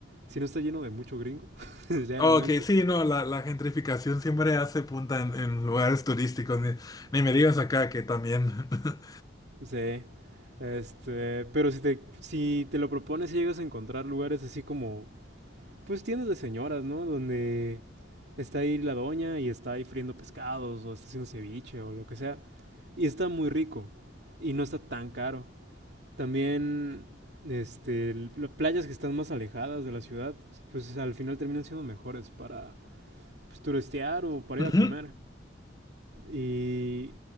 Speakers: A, on the right (about 65°); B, on the left (about 20°).
A: si no está lleno de mucho gringo, <laughs> sinceramente.
B: Ok, sí, no, la, la gentrificación siempre hace punta en, en lugares turísticos. Ni, ni me digas acá que también. <laughs>
A: Sí. Este, pero si te, si te lo propones, si llegas a encontrar lugares así como, pues tiendas de señoras, ¿no? Donde está ahí la doña y está ahí friendo pescados o está haciendo ceviche o lo que sea. Y está muy rico y no está tan caro. También, este, l- las playas que están más alejadas de la ciudad, pues al final terminan siendo mejores para, pues, turistear o para
B: Ujú,
A: ir a comer. Y,